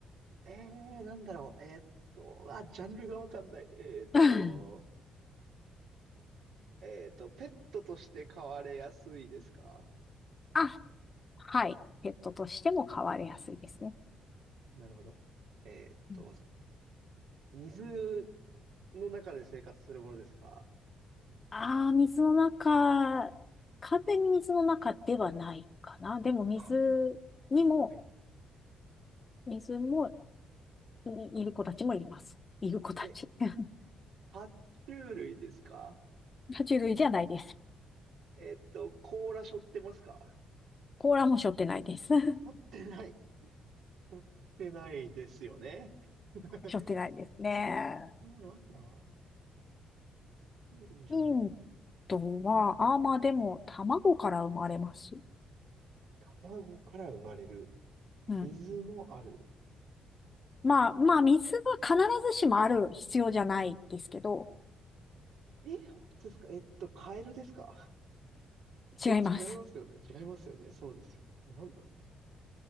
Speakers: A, on the right; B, on the left.
A: えー、なんだろう。えーっと、あ、ジャンルがわかんない。えーっと、
B: な。うん
A: えっと、ペットとして飼われやすいですか
B: <laughs> あ、はい。ペットとしても飼われやすいですね。
A: なるほど。えっと、
B: うん
A: 水の中で生活するものですか
B: ああ、水の中、完全に水の中ではないかな。でも水にも、
A: かん、はい。
B: 水も、いいる子たちもいます。いる子たち。
A: え、
B: <laughs>
A: 爬虫類ですか
B: 爬虫類じゃないです。
A: えっと、甲羅背負ってますか
B: 甲羅も背負ってないです。<laughs>
A: 背負ってない。背負ってないですよね。<laughs>
B: 背負ってないですね。
A: えー、なんだ種類じゃない。
B: ヒントは、あー、まあでも、卵から生まれます。
A: 卵から生まれる。
B: うん。
A: 水もある。
B: まあ、まあ、
A: え、
B: 水は必ずしもある必要じゃないですけど、
A: え、本当ですかえっと、カエルですかいや、
B: 違います。
A: 違いますよね。違いますよね。そうですよね。え、なんだろ